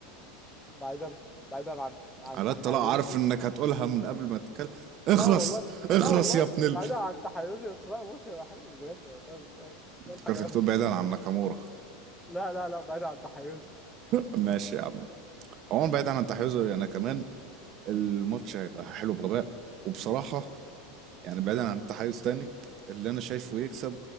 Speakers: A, in the centre; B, on the right (about 40°).
A: بعيدا بعيدا عن عن
B: على
A: تحيزي
B: الطلاق عارف انك هتقولها من قبل ما تتكلم اخرس
A: لا والله
B: اخرس
A: لا والله
B: يا ابن ال
A: بعيدا عن تحيزي بس لا الماتش هيبقى حلو بجد والله مش مش هقول
B: افتكرتك
A: حاجة وحشة
B: بتقول بعيدا عن ناكامورا
A: لا لا لا بعيدا عن تحيزي
B: <laughs> ماشي يا عم عموما بعيدا عن تحيزه انا كمان الماتش هيبقى حلو بغباء وبصراحة يعني بعيدا عن التحيز تاني اللي انا شايفه يكسب